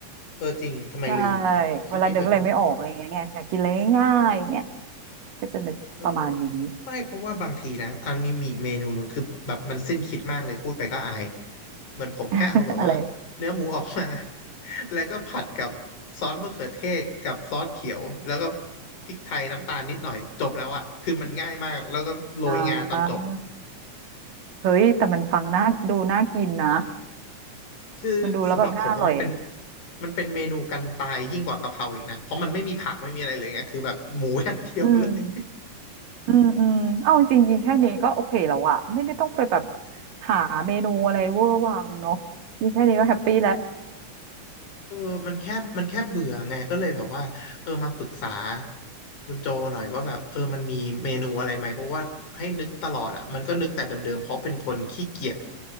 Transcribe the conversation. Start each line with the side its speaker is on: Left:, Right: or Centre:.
Left: เออจริงทำไมลืม
Right: ใช่
Left: คิดไม่ถึง
Right: เวลานึกอะไรไม่ออกอะไรอย่างเงี้ยไงอยากกินอะไรง่ายๆอย่างเงี้ยก็จะนึกประมาณนี้
Left: เออไม่เพราะว่าบางทีนะอันนี้มีอีกเมนูหนึ่งคือแบบมันสิ้นคิดมากเลยพูดไปก็อายเหมือนผมแค่เอาแบบว่าเนื้อหมูออกมา
Right: <laughs> อะไร
Left: <laughs> แล้วก็ผัดกับซอสมะเขือเทศกับซอสเขียวแล้วก็พริกไทยน้ำตาลนิดหน่อยจบแล้วอ่ะคือมันง่ายมากแล้วก็โรยงาตอนจบ
Right: อ่าเฮ้ยแต่มันฟังน่าดูน่ากินนะ
Left: คือสำหรับผมอะมันเป็น
Right: มันดูแล้วแบบน่าอร่อยอ่ะ
Left: มันเป็นเมนูกันตายยิ่งกว่ากะเพราอีกนะเพราะมันไม่มีผักไม่มีอะไรเลยไงคือแบบหมูอย่างเดียวเลย
Right: อืมอืมอืมเอาจริงๆกินแค่นี้ก็โอเคแล้วอะไม่ได้ต้องไปแบบหาเมนูอะไรเวอร์วังเนาะกินแค่นี้ก็แฮปปี้แล้ว
Left: <laughs> เออมันแค่มันแค่เบื่อไงก็เลยแบบว่าเออมาปรึกษาคุณโจหน่อยว่าแบบเออมันมีเมนูอะไรไหมเพราะว่าให้นึกตลอดอ่ะมันก็นึกแต่เดิมๆเพราะเป็นคนขี้เกียจ